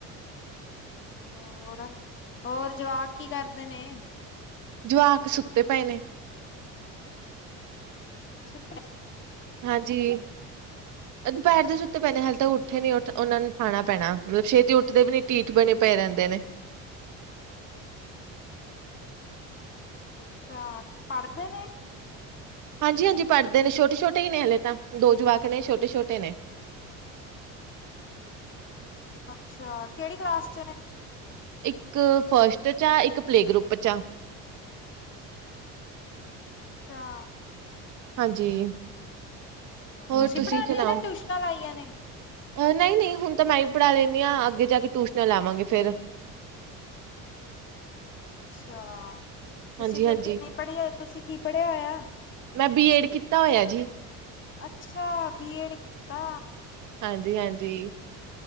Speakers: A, on the left; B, on the right.
A: ਹੋਰ-ਹੋਰ, ਜਵਾਕ ਕੀ ਕਰਦੇ ਨੇ?
B: ਜਵਾਕ ਸੁੱਤੇ ਪਏ ਨੇ,
A: ਸੱ
B: ਹਾਂਜੀ, ਦੁਪਹਿਰ ਦੇ ਸੁੱਤੇ ਪੈਣੇ ਹਾਲੇ ਤੱਕ ਉੱਠੇ ਨੀ ਉਹਨਾ ਨੂੰ ਠਾਣਾ ਪੈਣਾ ਮਤਲਬ ਛੇਤੀ ਉਠ ਦੇ ਵੀ ਨੀ ਡਿਠ ਬਣੇ ਪਏ ਰਹਿੰਦੇ ਨੇ
A: ਅੱਛਾ ਪੜ੍ਹਦੇ ਨੇ,
B: ਹਾਂਜੀ-ਹਾਂਜੀ ਪੜ੍ਹਦੇ ਨੇ ਛੋਟੇ-ਛੋਟੇ ਹੀ ਨੇ ਹਲੇ ਤਾਂ ਦੋ ਜਵਾਕ ਨੇ ਛੋਟੇ-ਛੋਟੇ ਨੇ,
A: ਅੱਛਾ, ਕਿਹੜੀ ਕਲਾਸ ਚ ਨੇ
B: ਇੱਕ ਫਸਟ ਚ ਆ ਇੱਕ ਪਲੇ ਗਰੁੱਪ ਚ ਆ।
A: ਅੱਛਾ
B: ਹਾਂਜੀ ਹੋਰ
A: ਤੁਸੀਂ ਪੜ੍ਹਾਉਦੇ
B: ਸੁਣਾਓ।
A: ਹੋ ਜਾਂ ਟਿਊਸ਼ਨਾਂ ਲਾਈਆਂ ਨੇ।
B: ਨਹੀਂ ਨਹੀਂ ਹੁਣ ਤਾਂ ਮੈਂ ਵੀ ਪੜ੍ਹਾ ਲੈਂਦੀ ਹਾਂ ਅੱਗੇ ਜਾ ਕੇ ਟਿਊਸ਼ਨਾਂ ਲਾਵਾਂਗੇ ਫਿਰ
A: ਅੱਛਾ ਤੁਸੀਂ
B: ਹਾਂਜੀ
A: ਫਿਰ
B: ਹਾਂਜੀ।
A: ਕਿੰਨੀ ਪੜ੍ਹੀ ਤੁਸੀਂ ਕੀ ਪੜ੍ਹਿਆ ਹੋਇਆ?
B: ਮੈਂ ਬੀਏਡ ਕੀਤਾ ਹੋਇਆ ਜੀ।
A: ਅੱਛਾ ਬੀ ਏਡ ਕੀਤਾ।
B: ਹਾਂਜੀ ਹਾਂਜੀ